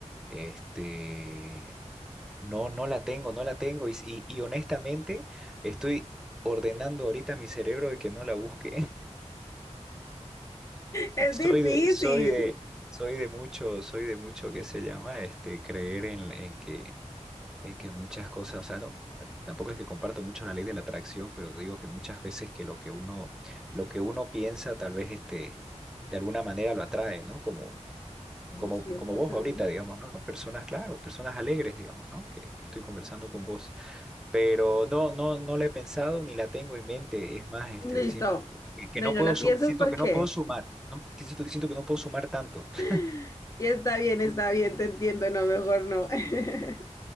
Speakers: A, in the centre; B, on the left.
A: Este, no, no la tengo, no la tengo. Y, y, y honestamente, estoy ordenando ahorita mi cerebro de que no la busque.
B: Es
A: Soy
B: difícil.
A: de, soy de, soy de mucho, soy de mucho que se llama este creer en, en que, en que muchas cosas, o sea, no, tampoco es que comparto mucho la ley de la atracción, pero digo que muchas veces que lo que uno, lo que uno piensa, tal vez este, de alguna manera lo atrae, ¿no? Como,
B: Bueno,
A: como,
B: sí, es
A: como
B: verdad,
A: vos ahorita,
B: ¿no?
A: digamos, ¿no? Personas, claro, personas alegres, digamos, ¿no? Que, que estoy conversando
B: Bueno.
A: con vos pero no, no, no la he pensado ni la tengo en mente. Es más, este,
B: Listo.
A: siento que, que
B: No,
A: no
B: y no
A: puedo,
B: la
A: su-
B: piensas
A: siento
B: porque.
A: que no puedo sumar, no, que siento, que siento que no puedo sumar tanto. <laughs>
B: <laughs> Y está bien, está bien, te entiendo, no, mejor no. <laughs>